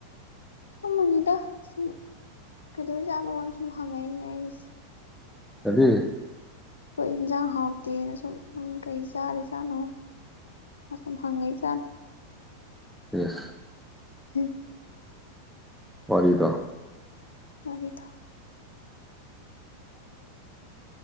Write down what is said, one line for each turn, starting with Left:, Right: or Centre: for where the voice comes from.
Left: ꯇꯨꯝꯃꯅꯤꯗ ꯁꯨꯝ ꯀꯩꯗꯧꯔꯤꯖꯥꯠꯅꯣꯅꯥ ꯁꯨꯝ ꯍꯪꯉꯛꯏ ꯖꯥꯠꯅꯦ ꯑꯩꯒꯤꯁꯦ
Centre: ꯀꯔꯤ
Left: ꯑꯩꯈꯣꯏ ꯏꯟꯁꯥꯡ ꯍꯥꯎꯇꯦꯅ ꯁꯨꯝ ꯅꯪ ꯀꯩ ꯆꯥꯔꯤ ꯖꯥꯠꯅꯣ ꯑꯁꯨꯝ ꯍꯪꯉꯛꯏ ꯖꯥꯠꯅꯤ
Centre: ꯏꯁꯁ
Left: ꯎꯝ
Centre: ꯋꯥꯔꯤꯗꯣ
Left: ꯋꯥꯔꯤꯗ